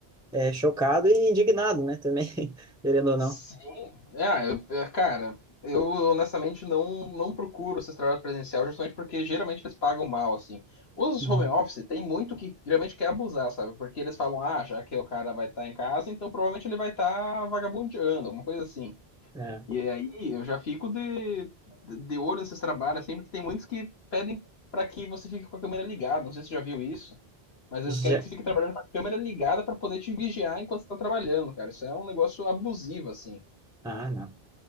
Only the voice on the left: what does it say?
Sim,
é, eu- é, cara, eu honestamente não, não procuro esses trabalhos presencial justamente porque geralmente eles pagam mal, assim. Os
home office tem muito que geralmente quer abusar, sabe? Porque eles falam, ah, já que o cara vai estar em casa, então provavelmente ele vai estar vagabundeando, alguma coisa assim.
E aí eu já fico de, de olho nesses trabalhos, assim, porque tem muitos que pedem pra que você fique com a câmera ligada, não sei se você já viu isso. Mas eles
querem que você fique trabalhando com a câmera ligada pra poder te vigiar enquanto você tá trabalhando, cara. Isso é um negócio abusivo, assim.